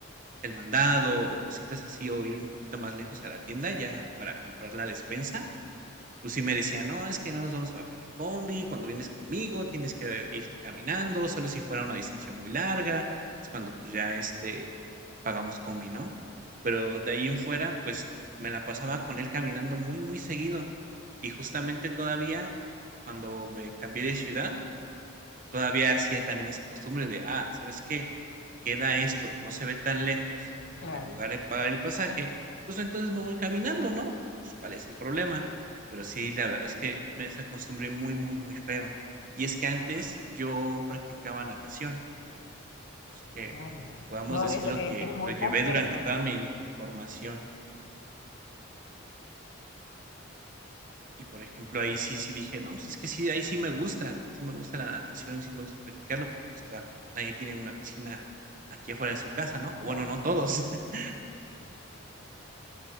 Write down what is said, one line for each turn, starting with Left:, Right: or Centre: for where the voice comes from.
Right: el mandado o cositas así o ir un poquito más lejos a la tienda ya para comprar la despensa pues sí me decía: "No, es que no nos vamos a bajar en combi, cuando vienes conmigo tienes que irte caminando, solo si fuera una distancia muy larga, es cuando, pues, ya, este, pagamos combi", ¿no? Pero de ahí en fuera, pues, me la pasaba con él caminando muy, muy seguido. Y justamente todavía cuando me cambié de ciudad Todavía hacía también esa costumbre de, ah, ¿sabes qué? Queda esto, no se ve tan lejos
Left: Claro,
Right: eh, del lugar de pagar el pasaje, pues entonces me voy caminando, ¿no? Pues cuál es el problema. Pero sí, la verdad es que me desacostumbré muy, muy, muy feo. Y es que antes yo practicaba natación, así que
Left: vaya.
Right: podamos
Left: No,
Right: decirlo
Left: es, es,
Right: que
Left: es muy
Right: lo llevé
Left: completo,
Right: durante toda mi formación Y por ejemplo, ahí sí, sí dije, no, pues es que sí, ahí sí me gusta, sí me gusta la natación, sí me gusta practicarlo, pero pues claro, nadie tiene una piscina aquí afuera de su casa, ¿no?
Left: claro.
Right: O bueno, no todos. <laughs>